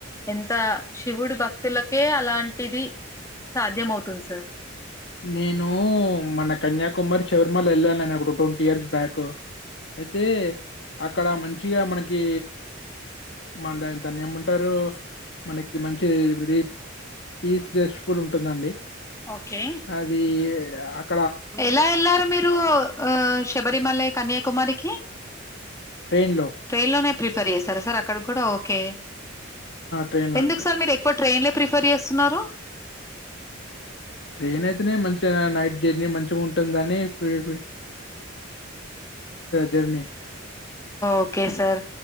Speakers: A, on the left; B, on the left.
A: ఎంత శివుడు భక్తులకే అలాంటిది సాధ్యమవుతుంది సార్
B: నేను మన కన్యాకుమారి శబరిమల వెళ్ళాల నేను ఒక ట్వంటీ ఇయర్స్ బ్యాక్ అయితే అక్కడ మంచిగా మనకి మన ద దాన్ని ఏమంటారు మనకి మంచి పీ పీజ్ టెస్ట్ కూడా ఉంటుందండి.
A: ఓకే
B: అదియే <unintelligible>
A: ఎలా వెళ్లారు మీరు ఆ శబరిమలై కన్యాకుమారికి
B: ట్రైన్ లో
A: ట్రైన్ లోనే ప్రిఫర్ చేస్తారా సార్ అక్కడ కూడా ఓకే
B: ట్రైన్ లో
A: ఎందుకు సార్ మీరు ఎక్కువ ట్రైన్లే ప్రిఫర్ చేస్తున్నారు.
B: ట్రైన్ అయితేనే మంచిగా నైట్ జర్నీ మంచిగా ఉంటుందని P P journey
A: okay sir